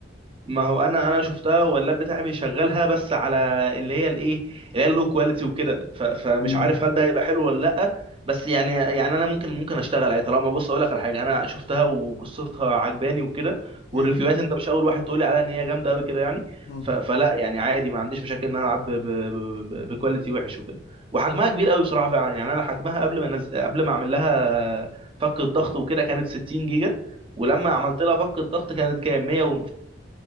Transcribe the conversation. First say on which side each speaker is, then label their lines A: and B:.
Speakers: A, on the right; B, on the left.
A: ما هو انا انا شفتها واللاب بتاعي بيشغلها بس على اللي هي الايه اللي هي اللو كواليتي وكده ف- فمش
B: مم.
A: عارف هل ده هيبقى حلو ولا لا بس يعني يعني انا ممكن ممكن اشتغل عليه طالما بص اقول لك على حاجه انا شفتها وقصتها عجباني وكده والريفيوهات
B: مم.
A: انت مش اول واحد تقولي عليها ان هي جامده قوي كده يعني
B: مم.
A: ف- فلا يعني عادي ما عنديش مشاكل ان انا العب ب- ب- ب- بكواليتي وحش وكده وحجمها كبير قوي بصراحه فعلا يعني انا حجمها قبل ما نز... قبل ما اعمل لها فك الضغط وكده كانت 60 جيجا ولما عملت لها فك الضغط كانت كام 100 و...